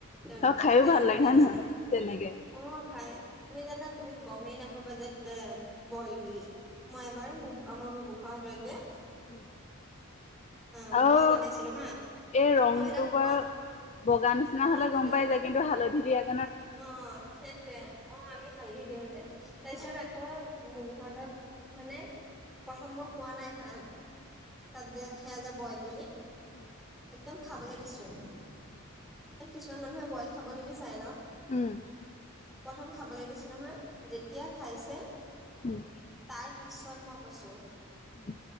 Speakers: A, in the centre; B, on the left (about 30°).
A: যায়
B: আৰু খাইও
A: তেলত
B: ভাল লাগে
A: ভজা
B: হয়
A: নিচিনা
B: নহয়
A: হৈ য
B: তেনেকে
A: অ খাই তুমি জানা তুমি গমেই নাপাবা যে বইল বুলি মই এবাৰ ব আমাৰ বুবু খুৰা হতৰ যে
B: উম
A: অ
B: আৰু
A: মই বনাইছিলো হা
B: এই ৰংটো
A: মই সিহঁতক কোৱা
B: বাৰ বগা নিচিনা
A: অ
B: হলে
A: সেইটোয়ে
B: গম পাই যায় কিন্তু হালধিৰে এক
A: অ সেইটোৱে অ আমি ফালি দিওঁ যে তাৰপিছত
B: উম
A: আকৌ বোহুৱাদক মানে প্ৰথম মই কোৱা নাই হা তাত যে সেয়া যে বইল বুলি
B: উম
A: একদম খাবলৈ দিছো
B: উম
A: ইমান কিছুমান মানুহে বইল খাব নিবিচাৰে ন
B: উম
A: প্ৰথম খাবলৈ দিছো নহয় যেতিয়া খাইছে
B: উম
A: তাৰ পিছত মই কৈছোঁ
B: উম